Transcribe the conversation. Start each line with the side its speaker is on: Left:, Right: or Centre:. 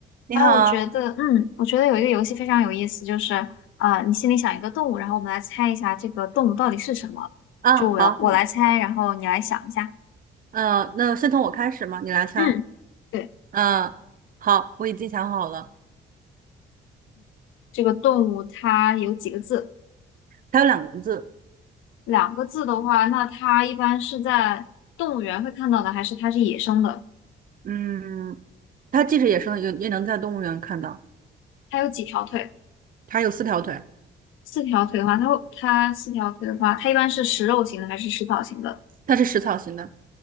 Right: 你好，
Left: 啊，我觉得，嗯，我觉得有一个游戏非常有意思，就是啊、呃你心里想一个动物，然后我们来猜一下这个动物到底是什么。
Right: 啊，
Left: 就我我来猜，
Right: 好，嗯，
Left: 然后你来想一下。
Right: 呃，那先从我开始嘛，你来猜。
Left: 嗯，对，
Right: 嗯、好，我已经想好了，
Left: 这个动物它有几个字？
Right: 它有两个字，
Left: 两个字的话，那它一般是在动物园会看到的，还是它是野生的？
Right: 嗯，它即使野生的也也能在动物园看到，
Left: 它有几条腿？
Right: 它有四条腿，
Left: 四条腿的话，它会它四条腿的话，它一般是食肉型的还是食草型的？
Right: 它是食草型的，